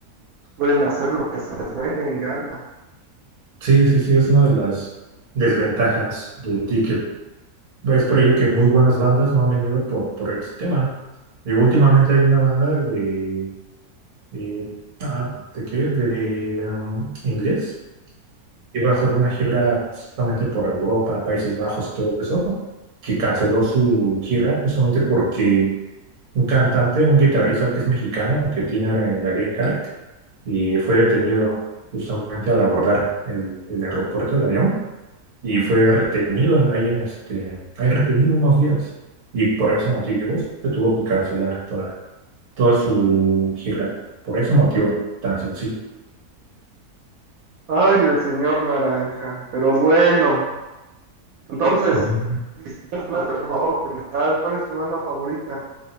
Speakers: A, on the right (about 70°); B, on the right (about 45°).
A: Pueden hacer lo que se les venga en gana.
B: Sí, sí, sí, es una de las desventajas del ticket. Es por ello que muy buenas bandas no han venido por, por este tema. Y últimamente hay una banda de, eh, ah, ¿de qué? De um, inglés iba a hacer una gira justamente por Europa, Países Bajos y todo eso, que canceló su gira justamente porque un cantante, un guitarrista que es mexicano, que tiene eh, la Green Card, y fue detenido justamente al abordar el, el aeropuerto del avión y fue retenido en- ahí en este, ahí retenido unos días y por ese motivo se tuvo que cancelar toda, toda su gira, por ese motivo tan sencillo.
A: Ay, el señor Naranja. Pero bueno, entonces,
B: Bueno.
A: disfrutas más de rock, de metal. ¿Cuál es tu banda favorita?